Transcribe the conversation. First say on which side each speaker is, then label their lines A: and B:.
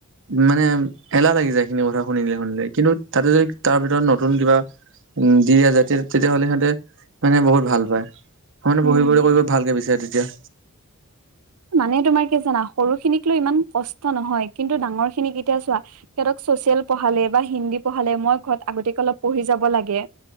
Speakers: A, on the right (about 60°); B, on the right (about 75°).
A: মানে এলাহ লাগি যায় এইখিনি কথা শুনিলে শুনিলে কিন্তু তাতে যদি তাৰ ভিতৰত নতুন কিবা উম'দি আছে তেতিয়াহ'লে সিহঁতে মানে বহুত ভাল পায়। মানে
B: উম
A: পঢ়ি, পঢ়ি কৰিব ভালকে বিচাৰে তেতিয়া।
B: মানে তোমাৰ কি জানা সৰু খিনিক লৈ ইমান কষ্ট নহয়, কিন্তু ডাঙৰ খিনি এতিয়া চোৱা সিহঁতক ছচিয়েল পঢ়ালে বা হিন্দী পঢ়ালে মই ঘৰত আগতিয়াকৈ অলপ পঢ়ি যাব লাগে।